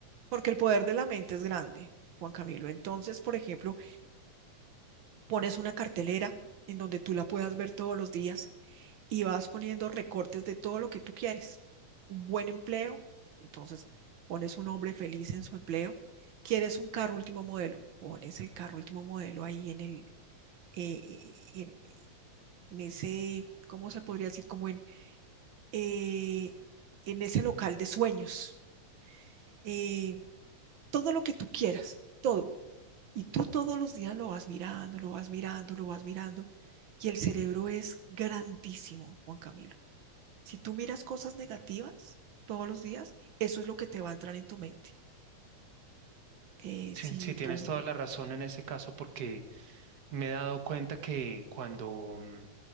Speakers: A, on the right (about 80°); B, on the right (about 45°).
A: Porque el poder de la mente es grande, Juan Camilo. Entonces, por ejemplo, pones una cartelera en donde tú la puedas ver todos los días y vas poniendo recortes de todo lo que tú quieres. Un buen empleo, entonces pones un hombre feliz en su empleo. ¿Quieres un carro último modelo? Pones el carro último modelo ahí en el, eh, eh, en, en ese, ¿cómo se podría decir? Como en, eh, en ese local de sueños eh, todo lo que tú quieras, todo. Y tú todos los días lo vas mirando, lo vas mirando, lo vas mirando. Y el cerebro es grandísimo, Juan Camilo. Si tú miras cosas negativas todos los días, eso es lo que te va a entrar en tu mente. Eh,
B: Sí,
A: si
B: sí, tienes
A: tú,
B: toda la razón en ese caso, porque me he dado cuenta que cuando, mm,